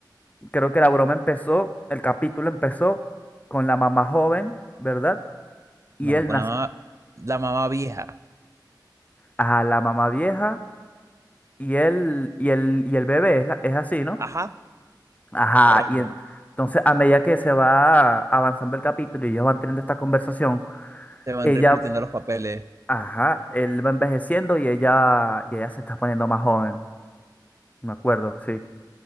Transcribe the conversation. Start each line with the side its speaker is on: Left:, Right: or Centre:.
Left: creo que la broma empezó, el capítulo empezó con la mamá joven, ¿verdad? Y
Right: No,
Left: él
Right: con
Left: nace
Right: la mamá, la mamá vieja.
Left: a la mamá vieja y él, y el y el bebé, es, la- es así, ¿no?
Right: Ajá.
Left: Ajá,
Right: Correcto.
Left: y en- entonces a medida que se va avanzando el capítulo y ellos van teniendo esta conversación,
Right: Se van
Left: ella,
Right: reinvirtiendo los papeles.
Left: ajá, él va envejeciendo y ella, y ella se está poniendo más joven, me acuerdo, sí,